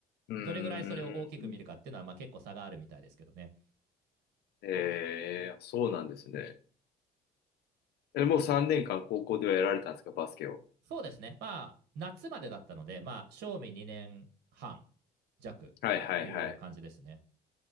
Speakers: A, on the left (about 75°); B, on the right (about 80°).
A: うーん。
B: どれぐらいそれを大きく見るかっていうのはまあ結構差があるみたいですけどね。
A: えー、そうなんですね。え、もう3年間高校ではやられたんですか、
B: そ
A: バスケを。
B: そうですね、まあ夏までだったので、まあ賞味2年半弱っていう感じですね。
A: はいはいはい。